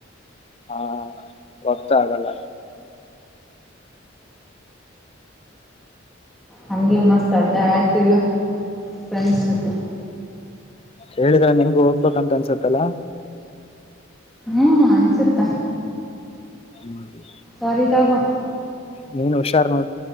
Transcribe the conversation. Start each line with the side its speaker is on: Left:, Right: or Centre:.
Left: ಹಾ ಹೋಗ್ತಾ ಆಗಲ್ಲ..
Centre: ಹಗೆ ಮಸ್ತ್ ಅ್ದ ಆರ್ತೀವ ಫ್ರೆಂಡ್ಸ್ ಜತಿ...
Left: ಹೇಳಿದ್ರ ನಿಮ್ಗು ಹೋಗ್ಬೇಕಂತ ಅನ್ಸತ್ತಲ್ಲ.
Centre: ಹ್ಮ ಅನ್ಸುತ್ತಾ....
Left: ಹ್ಮ <inaudible>
Centre: ಸರಿ ತಾಗ.
Left: ನೀಏನ್ ಹುಷಾರ್ ನೋಡ್